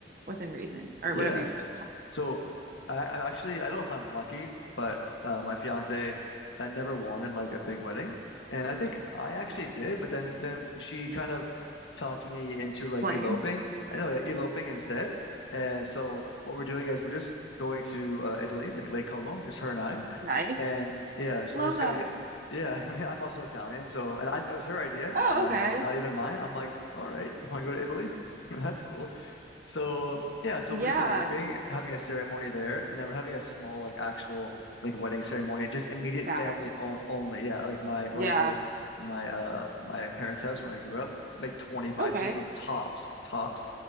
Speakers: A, on the right; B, on the left.
A: within reason or
B: Yeah.
A: whatever you feel comfortable.
B: So I, I actually I don't know if I'm lucky, but uh, my fiance had never wanted like a big wedding, and I think I actually
A: Okay.
B: did. But then then she kind of talked me into
A: Explain.
B: like eloping. Anyway, eloping instead. And so what we're doing is we're just going to uh, Italy, like Lake Como, just her and I.
A: Nice.
B: And yeah, so
A: Love
B: we're just
A: that.
B: gonna get. Yeah, <laughs> I mean I'm also Italian, so and I, it was her idea,
A: Oh,
B: not
A: okay.
B: even not even mine. I'm like, all right, you want to go to Italy? <laughs> That's cool. So yeah, so
A: Yeah.
B: we're just eloping, having a ceremony there, and then we're having a small like actual like wedding ceremony, just immediate
A: Gathering.
B: family o only. Yeah, like my where
A: Yeah.
B: I grew up in my uh my parents' house where I grew up, like 25
A: Okay.
B: people tops, tops.